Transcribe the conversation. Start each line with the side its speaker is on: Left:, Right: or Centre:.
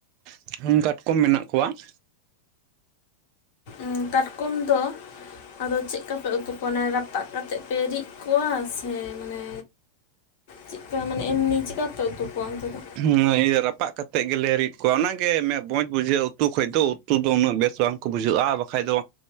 Right: <inaudible> ᱠᱟᱴᱠᱚᱢ ᱢᱮᱱᱟᱜ ᱠᱚᱣᱟ ᱾
Left: ᱩᱸ ᱠᱟᱴᱠᱚᱢ ᱫᱚ ᱟᱫᱚ ᱪᱮᱜᱠᱟ ᱯᱮ ᱩᱛᱩ ᱠᱚ ᱚᱱᱮ ᱨᱟᱯᱟᱜ ᱠᱟᱛᱮᱜ ᱯᱮ ᱨᱤᱫ ᱠᱚ ᱾ ᱠᱚᱣᱟ ᱥᱮ ᱢᱟᱱᱮ ᱪᱮᱜᱠᱟ ᱢᱟᱱᱮ ᱮᱢᱱᱤ ᱪᱮᱠᱟᱯᱮ ᱩᱛᱩ ᱠᱚᱣᱟ ᱚᱱᱛᱮ ᱫᱚ?
Right: <inaudible> ᱤᱭᱟᱹ ᱨᱟᱯᱟᱜ ᱠᱟᱛᱮᱫ ᱜᱮᱞᱮ ᱨᱤᱫ ᱠᱚᱣᱟ ᱚᱱᱟᱜᱮ ᱢᱮᱜ ᱵᱚᱡᱽ ᱵᱩᱡᱷᱟᱹᱜ ᱩᱛᱩ ᱠᱷᱚᱡ ᱫᱚ ᱾ ᱛᱩ ᱫᱚ ᱩᱱᱟᱹᱜ ᱵᱮᱥ ᱵᱟᱝᱠᱚ ᱵᱩᱡᱷᱟᱹᱜᱼᱟ ᱵᱟᱠᱷᱟᱡ ᱫᱚ